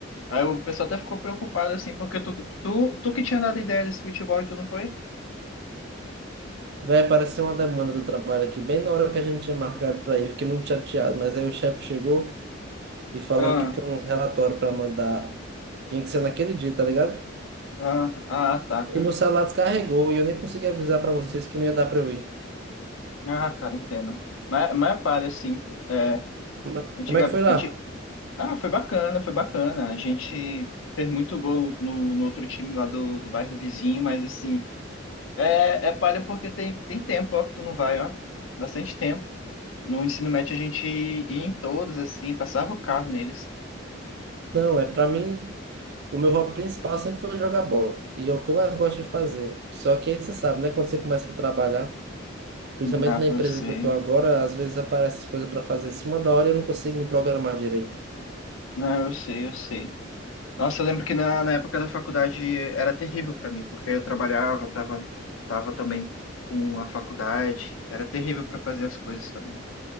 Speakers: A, on the left; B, on the right.
A: Aí o pessoal até ficou preocupado assim, porque tu, tu, tu que tinha dado ideia desse futebol e tu não foi?
B: Vai aparecer uma demanda do trabalho aqui, bem na hora que a gente tinha marcado pra ir. Fiquei muito chateado, mas aí o chefe chegou e falou
A: Ah,
B: que tem uns relatórios pra mandar. Tinha que ser naquele dia, tá ligado?
A: ah, ah, tá, cara.
B: E meu celular descarregou e eu nem consegui avisar pra vocês que não ia dar pra eu ir.
A: Ah, cara, entendo. Mas, mas é palha, assim. É,
B: Mas
A: antiga,
B: Como é que foi lá?
A: Ah, foi bacana, foi bacana. A gente fez muito gol no, no outro time lá do, do bairro vizinho, mas assim, é, é palha porque tem, tem tempo, ó, que tu não vai, ó. Bastante tempo. No ensino médio a gente ia em todos, assim, passava o carro neles.
B: Não, é pra mim, o meu hobby principal sempre foi jogar bola. E é o que eu mais gosto de fazer. Só que aí você sabe, né? Quando você começa a trabalhar. Principalmente
A: Ah, pra
B: na empresa
A: você.
B: que eu tô agora, às vezes aparecem as coisas para fazer em cima da hora e eu não consigo me programar direito.
A: Ah, eu sei, eu sei. Nossa, eu lembro que na, na época da faculdade era terrível pra mim, porque eu trabalhava, tava, tava também com a faculdade, era terrível pra fazer as coisas também.